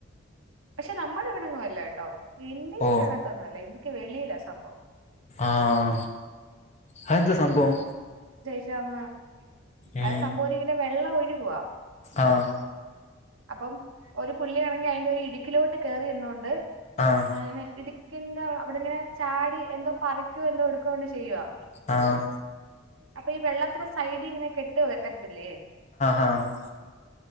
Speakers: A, on the right (about 85°); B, on the left (about 35°).
A: പക്ഷെ നമ്മുടെ ഇവിടെങ്ങും അല്ലകെട്ടോ ഇന്ത്യക്കകത്തൊന്നും
B: ഓഹ്
A: അല്ല ഇന്ത്ക്ക് വെളിയിലാ സംഭവം
B: ആഹ അതെന്താ സംഭവം
A: ങ്
B: ഉം
A: അത് സംഭവിക്കുന്ന വെള്ളം ഒഴുകുവ
B: ആഹ്
A: അപ്പം ഒരു പുള്ളിയാണെങ്കി അയിന്റെ ഒരു ഇടുക്കിലോട്ട് കേറി ഇുന്നുകൊണ്ട്
B: ആഹ്
A: ഇങ്ങനെ ഇടുക്കിൻന്റെ അവിടെ ഇങ്ങനെ ചാടി എന്തോ പറിക്കോ എന്തോ എടുക്കോണ്ട് ചെയ്യുവാ
B: ആഹ
A: അപ്പൊ ഈ വെള്ളത്തിന്റെ സൈഡ് ഇങ്ങനെ കേട്ട് പോലെവരത്തിലെ
B: ആഹ് ആഹ്